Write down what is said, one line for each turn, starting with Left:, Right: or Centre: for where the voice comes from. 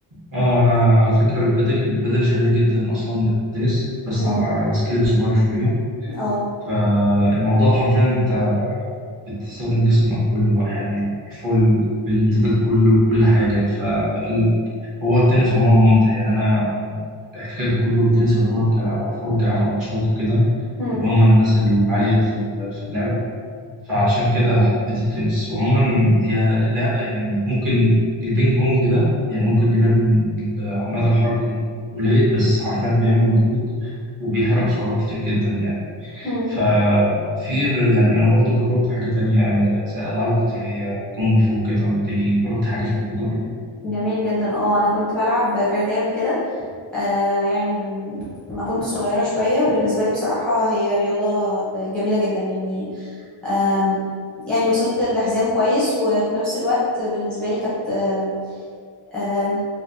Right: اه أنا على فكرة البدل البدل شبيه جدا أصلا بالتنس بس
Centre: امم
Right: على سكيل صغير شوية
Centre: اه
Right: فالموضوع حرفيا أنت بتستخدم جسمك كله بقى يعني الفول بالامتداد كله وكل حاجة فهو التنس عموما ممتع يعني أنا احتكاك كله بالتنس يعتبر كفرجة على ماتشات وكده
Centre: امم
Right: اللي هم الناس العالية في في اللعبة فعشان كده حبيت التنس وعموما هي لعبة يعني ممكن البينج بونج ده يعني ممكن يبان المدى الحركي قليل بس حرفيا بيعمل مجهود وبيحرق سعرات كتير جدا يعني
Centre: مم.
Right: ففي ر- يعني أنا برضو جربت حاجة تانية زي الألعاب القتالية كونغ فو كده أنت جربت حاجة شبه كده قبل كده؟
Centre: جميل جدا اه انا كنت بلعب كاراتيه قبل كده آه يعني من ما كنت صغيره شويه وبالنسبه لي بصراحه هي رياضه جميله جدا يعني آم يعني وصلت لحزام كويس وفي نفس الوقت بالنسبه لي كانت آه آه،